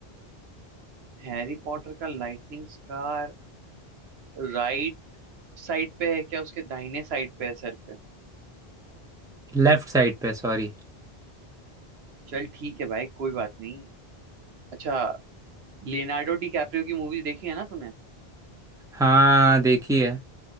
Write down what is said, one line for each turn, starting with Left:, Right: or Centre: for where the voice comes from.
Right: हैरी पॉटर का लाइटनिंग स्कार राइट साइड पे है क्या उसके दाहिने साइड पे है सर पे
Centre: लेफ्ट साइड पे सॉरी
Right: चल ठीक है भाई कोई बात नहीं अच्छा लियोनार्डो डी कैप्रियो की मूवीज देखी है ना तूने
Centre: हाँ देखिए